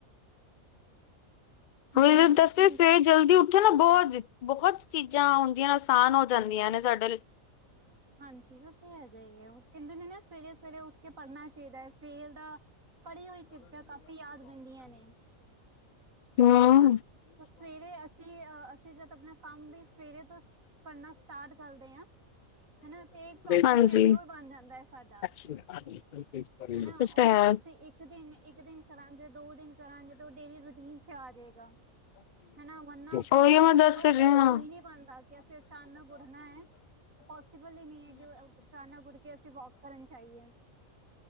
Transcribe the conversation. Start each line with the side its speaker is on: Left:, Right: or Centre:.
Right: ਹਮ
Left: ਵੀ ਦੱਸੇ
Right: ਉਹ ਕਹਿੰਦੇ
Left: ਸਵੇਰੇ ਜਲਦੀ ਉ ਉੱਥੇ ਨਾ ਬੋਝ, ਬਹੁਤ ਚੀਜ਼ਾਂ ਹੁੰਦੀਆਂ ਨੇ ਆਸਾਨ ਹੋ ਜਾਂਦੀਆ ਨੇ ਸਾਡੇ ਲਈ।
Right: ਹਾਂਜੀ, ਉਹ ਤੇ ਹੈਗਾ ਈ ਐ, ਓ ਕਹਿੰਦੇ ਨੇ ਨਾ ਸਵੇਰੇ- ਸਵੇਰੇ ਉੱਠ ਕੇ ਪੜ੍ਹਨਾ ਚਾਹੀਦਾ ਏ, ਸਵੇਰ ਦਾ ਪੜ੍ਹੀ ਹੋਈ ਚੀਂਜਾ ਕਾਫ਼ੀ ਯਾਦ ਰਹਿੰਦੀਆਂ ਨੇ!
Left: ਹਮ
Right: ਹਨਾ, ਸਵੇਰੇ ਅਸੀਂ ਅ, ਅਸੀਂ ਜਦ ਆਪਣਾ ਕੰਮ ਵੀ ਸਵੇਰੇ ਤੋਂ ਕਰਨਾ ਸਟਾਰਟ ਕਰਦੇ ਆਂ, ਹਨਾ, ਤੇ ਇਕ ਪ੍ਰੋਪਰ
Left: ਹਾਂਜੀ
Right: ਸ਼ਡਿਊਲ ਬਣ ਜਾਂਦਾ ਐ ਸਾਡਾ!
Left: <inaudible>
Right: ਹਨਾ, ਓ
Left: ਤਾਂ ਹੈ
Right: ਫੇਰ ਅਸੀਂ ਇੱਕ-ਦਿਨ, ਇੱਕ-ਦਿਨ ਕਰਾਂਗੇ, ਦੋ ਦਿਨ ਕਰਾਂਗੇ, ਤੇ ਓ ਡੇਲੀ ਰੂਟੀਨ 'ਚ ਆ ਜਾਏਗਾ, ਹਨਾ, ਵੰਨਾ ਕਦੀ-ਕਦੀ
Left: ਉਹੀ ਮੈਂ ਦੱਸ
Right: ਕਰੋ
Left: ਰਹੀ
Right: ਤੇ
Left: ਹਾਂ
Right: ਹੋਈ ਨਹੀ ਪਾਂਦਾ ਕਿ ਅਸੀਂ ਅਚਾਨਕ ਉੱਠਣਾ ਐ, ਪੋਸੀਬਲ ਈ ਨਹੀ ਐ ਕਿ ਉਹ ਅਚਾਨਕ ਉੱਠ ਕੇ ਅਸੀ ਵੋਕ ਕਰਨ ਜਾਈਏ।